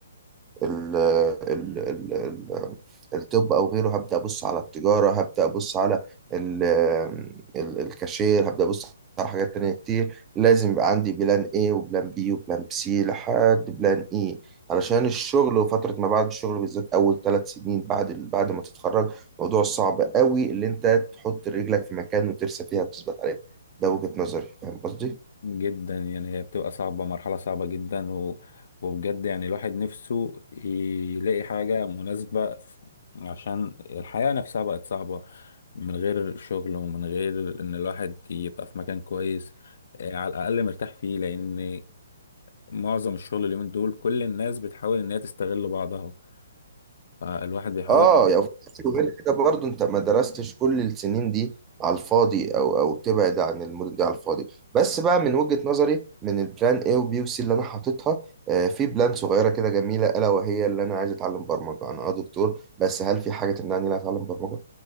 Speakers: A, on the right (about 20°); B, on the left (about 60°).
A: ال ال ال ال الطب او غيره هبدا ابص على التجاره هبدا ابص على ال ال الكاشير هبدا ابص على حاجات تانية كتير لازم يبقى عندي بلان A وبلان B وبلان C لحد بلان E علشان الشغل وفترة ما بعد الشغل بالذات أول ثلاث سنين بعد ال- بعد ما تتخرج موضوع صعب قوي اللي أنت تحط رجلك في مكان وترسى فيها وتثبت عليها ده وجهة نظري فاهم قصدي؟
B: جدا يعني هي بتبقى صعبة مرحلة صعبة جدا و... وبجد يعني الواحد نفسه يلاقي حاجة مناسبة ف- عشان الحياة نفسها بقت صعبة من غير شغل ومن غير ان الواحد يبقى في مكان كويس آه، على الأقل مرتاح فيه لأن معظم الشغل اليومين دول كل الناس بتحاول ان هي تستغل بعضها فالواحد بيحاول
A: اه يعني وغير كده برضو انت ما درستش كل السنين دي على الفاضي او او تبعد عن المدن دي على الفاضي بس بقى من وجهة نظري من البلان A وبي وسي اللي انا حاططها آه، في بلان صغيرة كده جميلة الا وهي اللي انا عايز اتعلم برمجة انا اه دكتور بس هل في حاجة تمنعني ان انا اتعلم برمجة